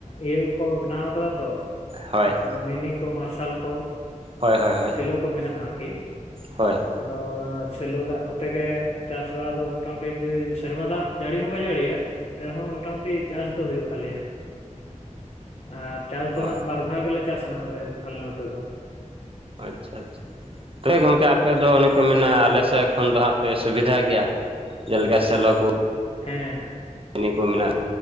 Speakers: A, on the left; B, on the right.
A: ᱤᱭᱟᱹ ᱠᱚᱠᱚ ᱵᱮᱱᱟᱣ ᱠᱟᱫᱟ ᱛᱚ
B: ᱦᱳᱭ
A: ᱢᱤᱱᱤ ᱠᱚ ᱢᱟᱨᱥᱟᱞ ᱠᱚ᱾
B: ᱦᱳᱭ ᱦᱳᱭ᱾
A: ᱥᱮᱞᱚ ᱠᱚ ᱢᱮᱱᱟᱜᱼᱟ ᱟᱨᱠᱤ᱾
B: ᱦᱳᱭ᱾
A: ᱟᱫᱚ ᱚᱱᱟ ᱥᱮᱞᱚ ᱫᱟᱜ ᱠᱚᱛᱮ ᱜᱮ ᱪᱟᱥ ᱵᱟᱲᱟ ᱫᱚ ᱢᱚᱴᱟᱢᱩᱴᱤ ᱥᱮᱨᱢᱟ ᱫᱟᱜ ᱡᱟᱹᱲᱤ ᱦᱚᱸ ᱵᱟᱭ ᱡᱟᱹᱲᱤᱭᱟ ᱛᱮ ᱨᱮᱦᱚᱸ ᱢᱳᱴᱟᱢᱩᱴᱤ ᱪᱟᱥ ᱫᱚ ᱦᱩᱭᱩᱜ ᱛᱟᱞᱮᱭᱟ ᱟᱨ ᱪᱟᱥ
B: ᱚ
A: ᱫᱚ ᱱᱟᱦᱟᱜ ᱵᱟᱨ ᱫᱷᱟᱣ ᱜᱮᱞᱮ ᱪᱟᱥᱟ ᱟᱞᱮ ᱟᱞᱮ ᱱᱚᱛᱮ ᱫᱚ
B: ᱟᱪᱪᱷᱟ ᱟᱪᱪᱷᱟ ᱛᱚᱵᱮ ᱜᱚᱝᱠᱮ ᱟᱯᱮ ᱫᱚ ᱚᱱᱮ ᱠᱚ ᱢᱮᱱᱟ
A: ᱦᱩᱸ
B: ᱟᱞᱮ ᱥᱮᱫ ᱠᱷᱚᱱ ᱫᱚ ᱦᱟᱸᱜ ᱯᱮ ᱥᱩᱵᱤᱫᱷᱟ ᱜᱮᱭᱟ ᱡᱮᱞᱮᱠᱟ ᱥᱮᱞᱚ ᱠᱚ
A: ᱦᱮᱸ᱾
B: ᱤᱱᱟᱹ ᱠᱚ ᱢᱮᱱᱟᱜᱼᱟ᱾